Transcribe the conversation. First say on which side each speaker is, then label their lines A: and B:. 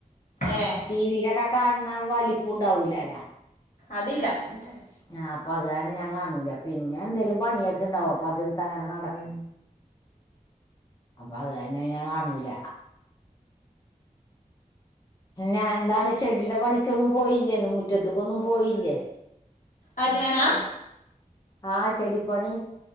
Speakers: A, on the left; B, on the left.
A: ഏഹ്
B: ടി വിയിലൊക്കെ കാണണ വലിപ്പം ഉണ്ടാവൂലല്ല
A: അതില്ല മറ്റേത്
B: ഞാൻ അപ്പൊ അത് കാരണം ഞാൻ കാണൂല പിന്നെ എന്തേലും പണിയൊക്കെ ഉണ്ടാവും അപ്പൊ അത് തങ്ങനെ നടക്കും അപ്പൊ അത് കാരണം ഞാൻ കാണൂല പിന്നെ എന്താണ് ചെടിയുടെ പണിക്കൊന്നും പോയില്ലേന്ന് മുറ്റത്തെക്കൊന്നും പോയില്ലേ
A: ആര് ഞാനാ
B: ആഹ് ചെടി പണി